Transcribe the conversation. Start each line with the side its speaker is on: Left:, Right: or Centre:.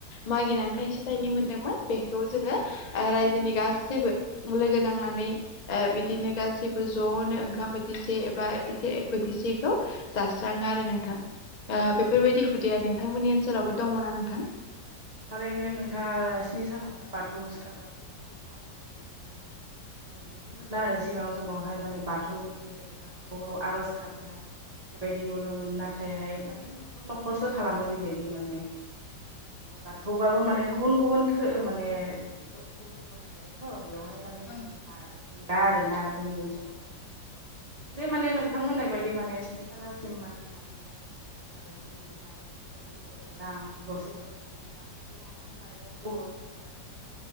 Left: मागिनानै थाइसे थाइनै मोनदोंमोन बेखौ जोङो रायजोनि गासिबो लोगो नांनानै बिदिनो गासिबो ज'नो ओंखाम बोथिसे एबा ए बोथिसेखौ जाास्राङो आरो नोंथां
Right: औ
Left: बेफोरबायदि हुदाया नोंथांमोननि ओनसोलावबो दङना नोंथां
Right: थारैनो नोंथाङा स्नि सानावहाय बाथौ बाथौ खुलुमस्राङो होननाय बायदि मोनो नुनो मोनला आरो सिगां समावहाय माने बाथौ बेबायदि बाथौआव आरज गाबनाय बेबायदि नुनो मोन नाथायहाय माने न'खर न'खरसो खालामो बेबायदि माने बाथौबाबो माने गुबुन गुबुन माने गुबुन गुबुन थायोथ' बेवहाय माने बिदि
Left: औ
Right: गैला आरोना जोंनि ओनसोलावहाय माने बिदिनो माने नोंथां मोननाय बायदि माने स्नि खालारसिम मागिनानैबा जि मोननाय फै रां गरसे गरनै
Left: <unintelligible>
Right: मोननाय रां सिगाङावथ' माइरंबो हरोमोन दाथ' माने